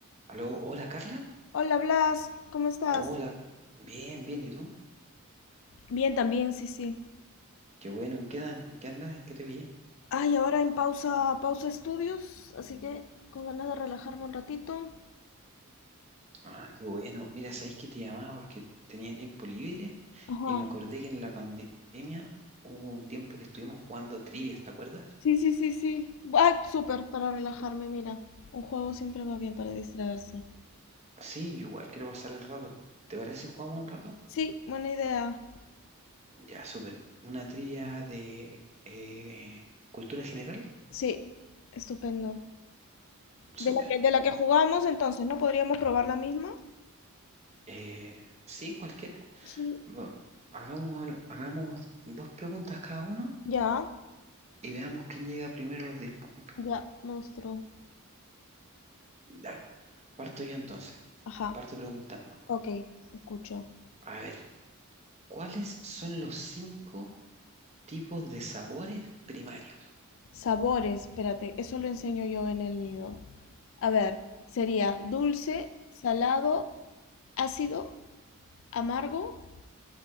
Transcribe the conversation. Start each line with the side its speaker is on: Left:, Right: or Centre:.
Right: Aló, hola Carla.
Left: Hola Blas, ¿cómo estás?
Right: Hola, bien, bien, ¿y tú?
Left: Bien, también, sí, sí.
Right: Qué bueno, ¿en qué, dan, en qué andas? ¿En qué te pillé?
Left: Ay, ahora en pausa, pausa estudios, así que con ganas de relajarme un ratito.
Right: Ah, qué bueno. Mira, ¿sabes que te llamaba? Porque tenía tiempo libre
Left: Ajá.
Right: y me acordé que en la pandemia hubo un tiempo que estuvimos jugando trivias, ¿te acuerdas?
Left: Sí, sí, sí, sí. Ay, súper, para relajarme, mira. Un juego siempre va bien para distraerse.
Right: Sí, yo igual quiero pasar el rato. ¿Te parece si jugamos un rato?
Left: Sí, buena idea.
Right: Ya, súper. Una trivia de eh, cultura general,
Left: Sí, estupendo.
Right: súper.
Left: De la que, de la que jugamos entonces, ¿no? ¿Podríamos probar la misma?
Right: Eh, sí, cualquiera.
Left: Sí.
Right: Bueno, hagamos, hagamos dos preguntas cada uno
Left: Ya,
Right: y veamos quién llega primero a los 10 puntos.
Left: ya, monstruo.
Right: Dale, parto yo entonces.
Left: Ajá,
Right: Parto preguntando.
Left: ok, escucho.
Right: A ver, ¿cuáles son los cinco tipos de sabores primarios?
Left: Sabores, espérate, eso lo enseño yo en el nido. A ver, sería dulce, salado, ácido, amargo.